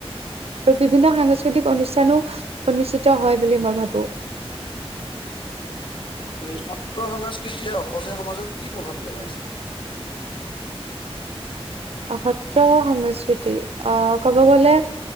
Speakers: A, on the right (about 70°); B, on the left (about 50°).
A: আৰু বিভিন্ন সাংস্কৃতিক অনুষ্ঠানো অনুষ্ঠিত হয় বুলি মই ভাবো
B: উম সত্ৰ সংস্কৃতিয়ে অসমীয়া সমাজত কি প্ৰভাৱ পেলাইছে
A: সত্ৰ সংস্কৃতি অ কব গলে